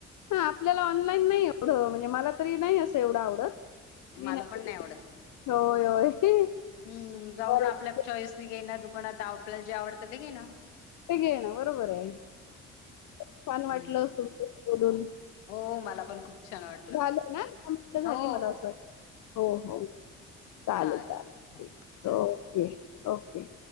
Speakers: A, on the left; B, on the left.
A: हा आपल्याला ऑनलाईन नाही एवढं म्हणजे मला तरी नाही असं एवढं आवडत मी
B: मला पण
A: कधी
B: नाही आवडत
A: होय होय.
B: हमम् जाऊन
A: बरोबर.
B: आपल्या चॉईस घे ना दुकानात आपल्याला जे आवडतं ते घे ना
A: ते घेण बरोबर आहे छान वाटलं
B: हं.
A: तुम बोलून
B: हो, मला पण खूप छान वाटलं.
A: झालं ना झाली
B: हो.
A: मला असं वाटत हो हो चाले
B: चालेल.
A: चालेल
B: हो, ठेवा.
A: Okay okay